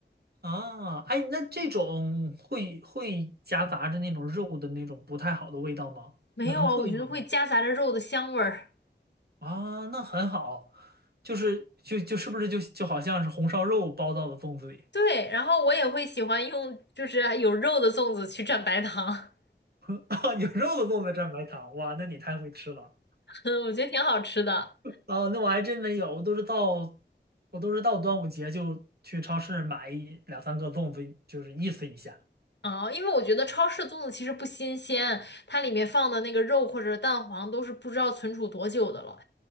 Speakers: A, on the right; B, on the left.
A: 啊，哎，那这种会会夹杂着那种肉的那种不太好的味道吗？
B: 没有啊，
A: 能处理好吗？
B: 我觉得会夹杂着肉的香味儿。
A: 啊，那很好，就是就就是不是就就好像是红烧肉包到了粽子里，
B: 对，然后我也会喜欢用就是有肉的粽子去蘸白糖，
A: <laughs> 有肉的粽子蘸白糖，哇，那你太会吃了。
B: <laughs> 我觉得挺好吃的。
A: 哦，那我还真没有，我都是到我都是到端午节就去超市买一两三个粽子，就是意思一下。
B: 哦，因为我觉得超市粽子其实不新鲜，它里面放的那个肉或者蛋黄都是不知道存储多久的了，